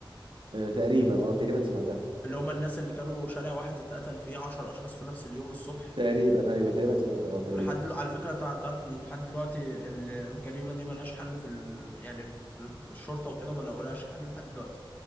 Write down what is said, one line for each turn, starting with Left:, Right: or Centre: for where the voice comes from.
Right: آه، تقريبا اه تقريبا سمعتها
Left: اللي هم الناس اللي كانوا شارع واحد اتقتل فيه عشر اشخاص في نفس اليوم الصبح
Right: تقريبا ايوه تقريبا سمعتها اه تقريبا
Left: ولحد دل- على فكرة انت تعرف ان لحد دلوقتي ال- الجريمة دي ملهاش حل في ال... يعني في ال- الشرطة وكده ما لقولهاش حل لحد دلوقتي